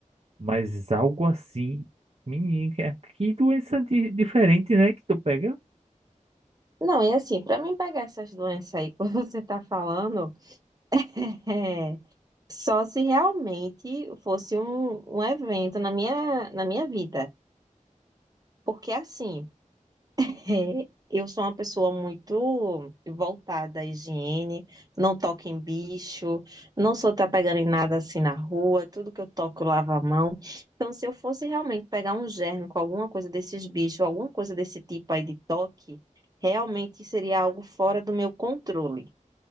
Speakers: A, on the right; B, on the right.
A: Mas algo assim, menino, que é, que doença di- diferente, né? Que tu pega.
B: Não, e assim, para mim pegar essas doenças aí que <laughs> você tá falando, <laughs> Só se realmente fosse um, um evento na minha, na minha vida. Porque assim, <laughs> é, eu sou uma pessoa muito voltada à higiene, não toco em bicho, não sou tá pegando em nada assim na rua, tudo que eu toco eu lavo a mão. Então, se eu fosse realmente pegar um germe com alguma coisa desses bichos, alguma coisa desse tipo aí de toque, realmente seria algo fora do meu controle,